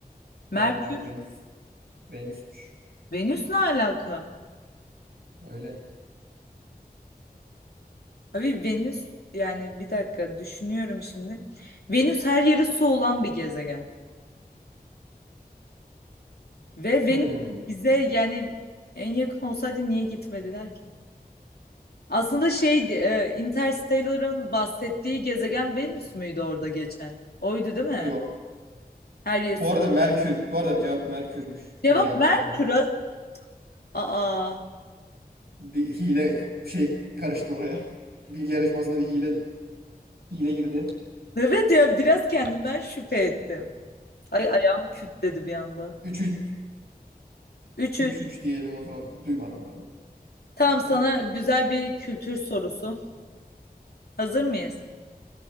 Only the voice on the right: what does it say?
Vallahi Venüs. Venüsmüş.
Öyle.
Hmm,
yok.
Bu arada Merkür. Bu arada cevap Merkür'müş.
Yine yanlış
bildin ama.
Bir hile şey karıştı oraya. <laughs> Bilgi yarışmasına bir hile hile girdi.
üç üç
üç
3 diyelim o zaman. Duymadım ben.
Hı hı.